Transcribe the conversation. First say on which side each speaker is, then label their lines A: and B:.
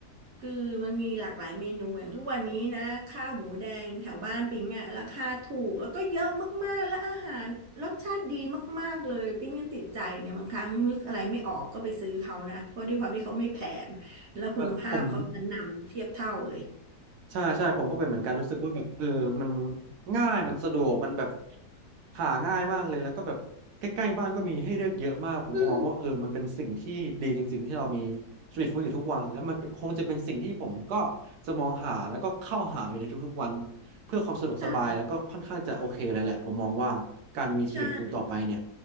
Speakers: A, on the right (about 60°); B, on the right (about 80°).
A: คือมันมีหลากหลายเมนูอย่างทุกวันนี้นะข้าวหมูแดงแถวบ้านปิงอ่ะราคาถูกแล้วก็เยอะมากๆและอาหารรสชาติดีมากๆเลยปิงยังติดใจเนี่ยบางครั้งนึกอะไรไม่ออกก็ไปซื้อเขานะเพราะด้วยความที่เขาไม่แพงแล้วคุณภาพเขาชั้นนำเทียบเท่าเลย
B: ผม ใช่ใช่ผมก็เป็นเหมือนกันรู้สึกว่าแบบเออมันง่ายมันสะดวกมันแบบหาง่ายมากเลยแล้วก็แบบใกล้ๆบ้านก็มีให้เลือกเยอะมากผมก็มองว่าเออมันเป็นสิ่งที่ดีจริงๆที่เรามี
A: อืม
B: สตรีทฟู้ดอยู่ทุกวันแล้วมันเป็นคงจะเป็นสิ่งที่ผมก็จะมองหาแล้วก็เข้าหาอยู่ในทุกๆวันเพื่อความสะดวกสบายแล้วก็ค่อนข้างจะโอเคเลยแหละผมมองว่าการมีสตรีทฟู้ดต่อไปเนี่ย
A: ใช่ใช่